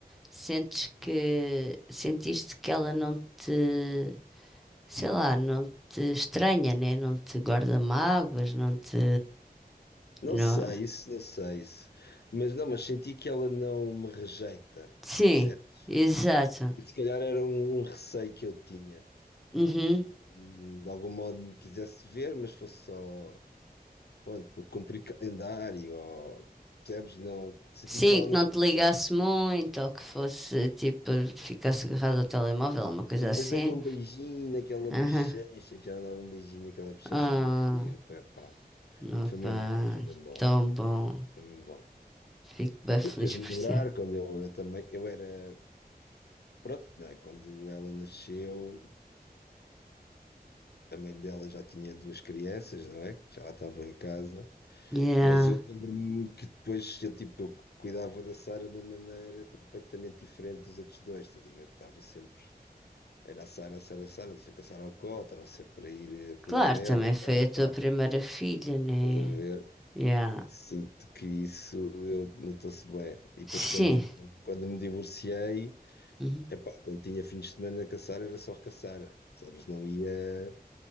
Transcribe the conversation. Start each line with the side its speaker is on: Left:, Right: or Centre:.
Centre: Sentes que. Sentiste que ela não te. Sei lá, não te estranha, né? Não te guarda mágoas, não te.
Left: Não
Centre: Não.
Left: sei isso, não sei isso. Mas não, mas senti que ela não me rejeita,
Centre: Sim,
Left: percebes?
Centre: exato.
Left: E se calhar era um, um receio que eu tinha.
Centre: Uhum.
Left: Hum, De algum modo me quisesse ver, mas fosse só, pronto, por cumprir calendário, ou, percebes? Não, senti
Centre: Sim,
Left: que ela
Centre: que
Left: não
Centre: não
Left: me
Centre: te ligasse
Left: rejeita.
Centre: muito, ou que fosse tipo, ficasse agarrado ao telemóvel, uma coisa
Left: E depois
Centre: assim.
Left: dei-lhe um beijinho naquela
Centre: Aham.
Left: bochecha, que já não dava um beijinho naquela bochecha
Centre: Ah,
Left: há muito tempo, epá.
Centre: não
Left: Foi
Centre: pá,
Left: mesmo bom, foi mesmo bom,
Centre: tão bom.
Left: foi mesmo bom.
Centre: Fico bem feliz
Left: Fez-me
Centre: por
Left: lembrar
Centre: ti.
Left: quando eu, eu também, eu era, pronto, não é? Quando ela nasceu, a mãe dela já tinha duas crianças, não é? Já lá estavam em casa,
Centre: Yeah.
Left: mas eu lembro-me que depois eu, tipo, eu cuidava da Sara de uma maneira completamente diferente dos outros dois, estás a ver? Estava sempre, era a Sara, a Sara, a Sara, deixa que a Sara ao colo, estava sempre a ir eh, cuidar
Centre: Claro,
Left: dela,
Centre: também
Left: andar-lhe
Centre: foi
Left: a
Centre: a
Left: fralda,
Centre: tua primeira filha, né?
Left: ver.
Centre: Yeah.
Left: Sinto que isso eu notou-se bem. E
Centre: Sim.
Left: depois quando, quando me divorciei,
Centre: Uhum,
Left: Epá, quando tinha fins de semana a caçar, era só caçar. Sabes, não ia